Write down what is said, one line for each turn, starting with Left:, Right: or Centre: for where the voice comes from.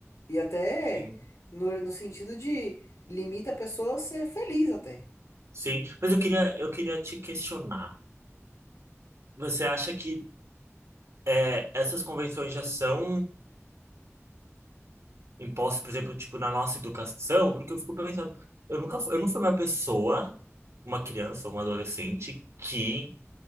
Left: E até
Right: sim.
Left: no, no sentido de limita a pessoa a ser feliz até.
Right: Sim,
Left: Hum.
Right: mas eu queria, eu queria te questionar. Você acha que é, essas convenções já são impostas, por exemplo, tipo, na nossa educação, porque eu fico pensando, eu nunca fui, eu não fui uma pessoa, uma criança, uma adolescente, que